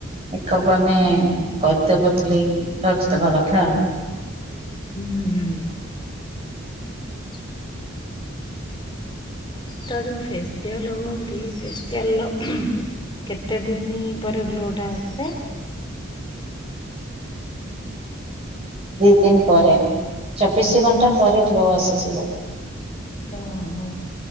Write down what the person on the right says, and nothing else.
କହିବୁ ଆମେ କତବ ଖାଲି ରଚି ଦବା କଥା
ଦି ଦିନ ପରେ ଚବିଶି ଘଣ୍ଟା ପରେ ଗ୍ଲୋ ଆସିଯିବ।